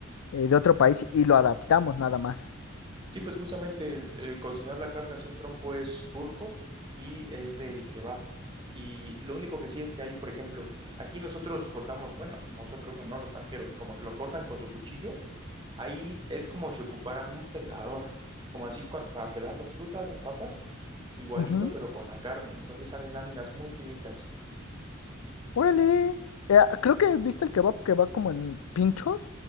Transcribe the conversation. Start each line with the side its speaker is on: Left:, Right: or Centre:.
Left: eh, de otro país y lo adaptamos nada más.
Right: Sí, pues justamente el, el cocinar la carne así en trompo es turco y es del kebab. Y lo único que sí es que hay, por ejemplo, aquí nosotros cortamos, bueno, nosotros no, no, los taqueros, como que lo cortan con su cuchillo. Ahí es como si ocuparan un pelador, como así cuan- para pelar las frutas, las papas, igualito,
Left: Ujú.
Right: pero con la carne. Entonces salen láminas muy finitas.
Left: Órale. Eh, creo que viste el kebab que va como en pinchos,